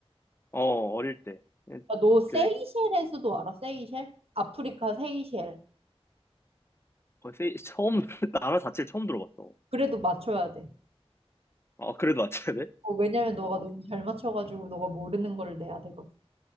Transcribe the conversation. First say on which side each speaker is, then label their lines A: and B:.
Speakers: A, on the left; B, on the right.
A: 어 어릴 때그
B: 아, 너 세이셸에서도 알아? 세이셸? 아프리카 세이셸.
A: 거의 처음 <laughs> 나라 자체를 처음 들어봤어.
B: 그래도 맞춰야 돼.
A: 어 그래도 맞춰야 돼?
B: 어, 왜냐면 너가
A: 어,
B: 너무 잘 맞춰가지고 너가 모르는 걸 내야 되거든.